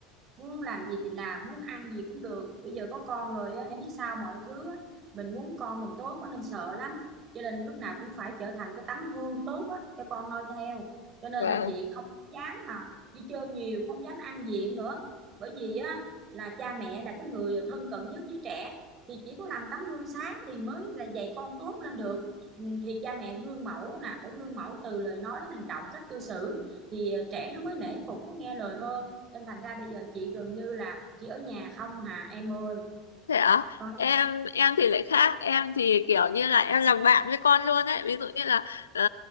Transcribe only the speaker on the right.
muốn làm gì thì làm muốn ăn gì cũng được bây giờ có con rồi á em biết sao mọi thứ á, mình muốn con mình tốt quá nên sợ lắm cho nên lúc nào cũng phải trở thành cái tấm gương tốt á cho con noi theo cho nên
là chị không dám mà đi chơi nhiều không dám ăn diện nữa bởi vì á là cha mẹ là cái người thân cận nhất với trẻ thì chỉ có làm tấm gương sáng thì mới là dạy con tốt lên được Ừ, thì cha mẹ gương mẫu nè phải gương mẫu từ lời nói đến hành động cách cư xử thì ờ, trẻ nó mới nể phục nó nghe lời hơn nên thành ra bây giờ chị gần như là chị ở nhà không hà em ơi
Ôi,